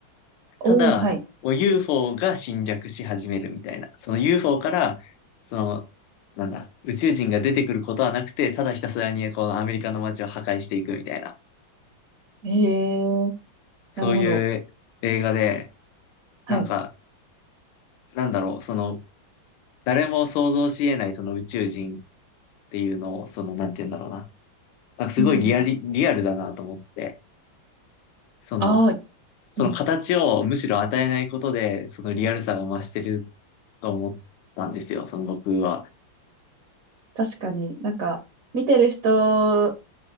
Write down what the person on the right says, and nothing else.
おー、
はい。
ええ
なるほど。はい。
うん、うん。
ああ、
うん。
確かになんか、見てる人